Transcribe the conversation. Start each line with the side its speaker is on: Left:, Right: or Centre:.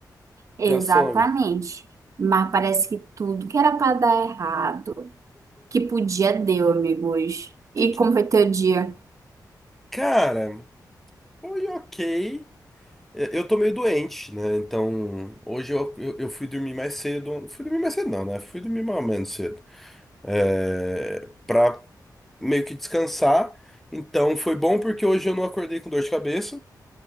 Right: Exatamente.
Centre: já some.
Right: Mas parece que tudo que era para dar errado, que podia, deu, amigo, hoje.
Centre: Que
Right: E
Centre: que.
Right: como foi teu dia?
Centre: Cara, foi ok. Eu eu tô meio doente, né? Então, hoje eu, eu, eu fui dormir mais cedo. fui dormir mais cedo, não, né? Fui dormir mais ou menos cedo. É, pra meio que descansar. Então, foi bom porque hoje eu não acordei com dor de cabeça.